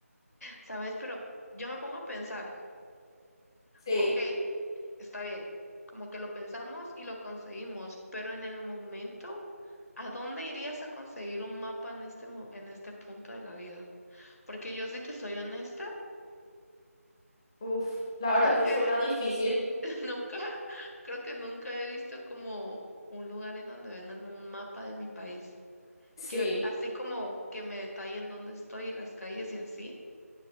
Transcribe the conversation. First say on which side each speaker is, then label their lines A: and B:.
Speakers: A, on the left (about 70°); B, on the left (about 15°).
A: ¿Sabes? Pero yo me pongo a pensar,
B: Sí.
A: ok, está bien, como que lo pensamos y lo conseguimos, pero en el momento, ¿a dónde irías a conseguir un mapa en este, mo- en este punto de la vida? Porque yo, si te soy honesta,
B: Uf, la
A: creo
B: verdad que
A: que
B: suena difícil.
A: <laughs> Nunca, creo que nunca he visto como un lugar en donde vendan un mapa de mi país.
B: Sí.
A: Que así como que me detallen dónde estoy y las calles y así.